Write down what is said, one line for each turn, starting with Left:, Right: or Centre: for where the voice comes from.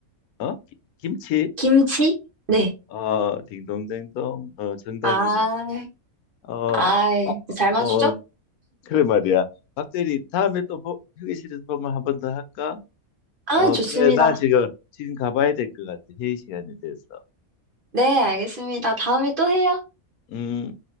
Left: 어? 기- 김치?
Right: 김치? 네.
Left: 어, 딩동댕동. 어, 정답이네.
Right: 아,
Left: 어,
Right: 아,
Left: 어,
Right: 잘 맞추죠?
Left: 어, 그래 말이야. 박대리 다음에 또 보- 휴게실에서 보면 한 번 더 할까?
Right: 아,
Left: 어,
Right: 좋습니다.
Left: 그래. 나 지금 지금 가봐야 될 것 같아. 회의 시간이 돼서.
Right: 네, 알겠습니다. 다음에 또 해요.
Left: 음.